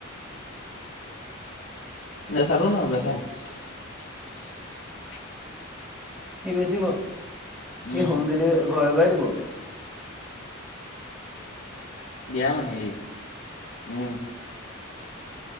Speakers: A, on the left; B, in the centre.
A: ন চাৰও ন হব চাৰ <unintelligible>
B: সি বেছিব, সি
A: উম
B: হোম ডেলিভাৰ ঘৰে, ঘৰে দিবগে
A: দিয়া মানুহ ই উম